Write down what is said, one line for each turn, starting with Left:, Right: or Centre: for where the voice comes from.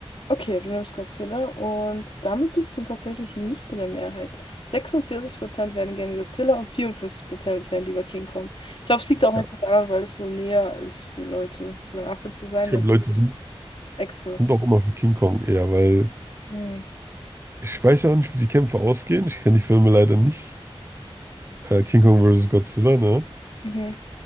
Left: Okay, du nimmst Godzilla und damit bist du tatsächlich nicht in der Mehrheit. 46% werden gerne Godzilla und 54% werden lieber King Kong. Ich glaube, es liegt auch einfach
Right: Ja,
Left: daran, weil es so näher ist für Leute, so ein Affe zu sein
Right: ich glaube,
Left: als
Right: Leute sind,
Left: Echse.
Right: sind auch immer für King Kong eher, weil
Left: Hm.
Right: ich weiß ja auch nicht, wie die Kämpfe ausgehen. Ich kenne die Filme leider nicht. Äh, King Kong vs. Godzilla, ne?
Left: Mhm.